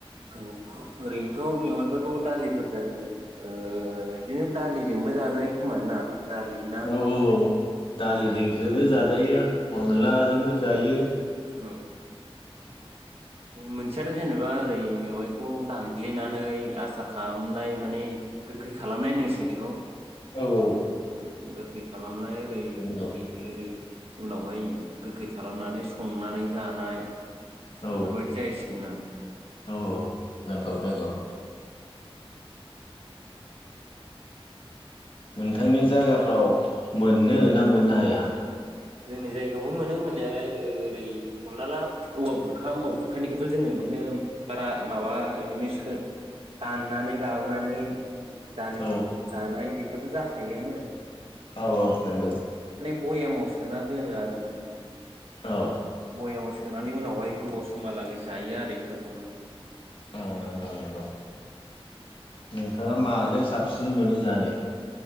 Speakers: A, on the right; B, on the left.
A: औ ओरैनोथ' मेगनफोरखौ दालिफोरजों ओ बिदिनो दालिजोंबो जाजायो खोमा ना दालि ना
B: औ औ औ दालिजों
A: औ
B: जोबो
A: ओरै
B: जाजायो। अनलाजोंबो
A: औ
B: जायो
A: औ मोनसे खोथायाथ' जेनेबा ओरै मेवाइखौ दानग्लिनानै आसार खालामनाय माने गोखै खालामनाय होनां सिगौ बेखौ
B: औ औ
A: उम गोखै खालामनाय ओरै
B: नंगौ
A: दे ओरै उनावहाय गोखै खालामनानै स संनानै जानाय बेफोरबदि
B: औ
A: जायो। जोंना
B: औ औ नंगौ नंगौ। नोंथांनि जायगाफ्राव मोनो ना मोननो हाया।
A: जोंनि जायगायावबो मोनो मोननायालाय ओ ओरै हमना ला औवा बुरखा औवा बुरखानिखौथ' जोङो बिदिनो बारा माबा सोब बिदिनो दाननानै लाबोनानै दालि
B: औ
A: जानाय बेफोरथ' जा थायोआनो
B: औ औ नोंगौ।
A: बयामाव सो सोना दोनो आरो माने
B: औ
A: बयामाव सोनानै उनावहाय गोबाव समहालागै जायो आरो बेफोरखौबो
B: औ नंगौ नंगौ नोंथाङा माजों साबसिन मोनो जानो।